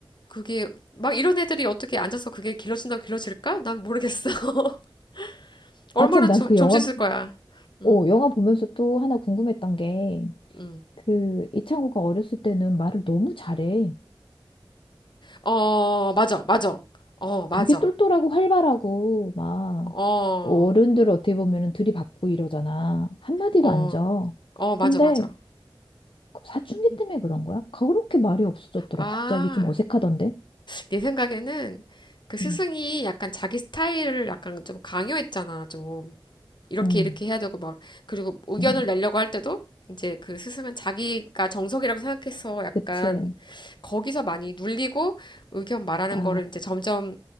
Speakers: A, on the left; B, on the left.
A: 그게 막 이런 애들이 어떻게 앉아서 그게 길러진다고 길러질까? 난 모르겠어. <laughs> 얼마나
B: 아, 참, 난
A: 좀,
B: 그
A: 좀
B: 영화,
A: 씻을
B: 보-
A: 거야. 음,
B: 어, 영화 보면서 또 하나 궁금했던 게,
A: 음.
B: 그, 이창호가 어렸을 때는 말을 너무 잘해.
A: 어, 맞아, 맞아. 어, 맞아.
B: 되게 똘똘하고 활발하고 막
A: 어,
B: 어른들 어떻게 보면은 들이받고 이러잖아. 한마디도
A: 어,
B: 안 져.
A: 어, 맞아,
B: 근데
A: 맞아.
B: 그 사춘기 때문에 그런 거야? 그렇게 말이 없어졌더라.
A: 아,
B: 갑자기 좀 어색하던데.
A: 내 생각에는 그 스승이
B: 음,
A: 약간 자기 스타일을 약간 좀 강요했잖아, 좀. 이렇게,
B: 음,
A: 이렇게 해야 되고, 막. 그리고 의견을
B: 음.
A: 내려고 할 때도 이제 그 스승은 자기가 정석이라고 생각해서 약간
B: 그치.
A: 거기서 많이 눌리고 의견 말하는
B: 아,
A: 거를 이제 점점